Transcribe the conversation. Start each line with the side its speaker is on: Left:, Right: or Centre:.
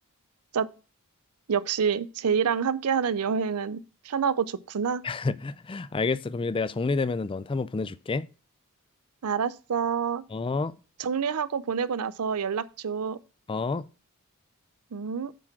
Right: 진짜 역시 제이랑 함께하는 여행은 편하고 좋구나.
Left: <laughs> 알겠어. 그럼 이거 내가 정리되면은 너한테 한번 보내줄게.
Right: 알았어.
Left: 어,
Right: 정리하고 보내고 나서 연락 줘.
Left: 어.
Right: 음.